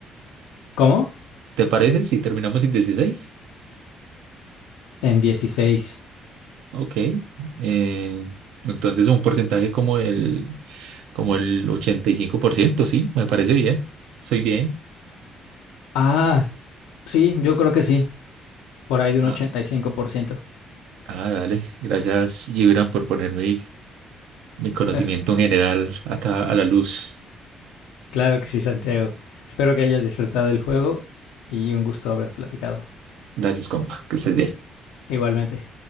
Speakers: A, on the left; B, on the right.
A: ¿Cómo?
B: ¿Te parece si terminamos en 16?
A: En 16.
B: Ok. Eh, entonces un porcentaje como el, como el 85%, sí, me parece bien. Estoy bien.
A: Ah, Sí, yo creo que sí, por ahí de un
B: Ah,
A: 85%.
B: ah, dale. Gracias, Gibran, por poner mi, mi conocimiento
A: Es,
B: en general acá a la luz.
A: claro que sí, Santiago. Espero que hayas disfrutado el juego y un gusto haber platicado.
B: Gracias, compa. Que estés bien.
A: Igualmente.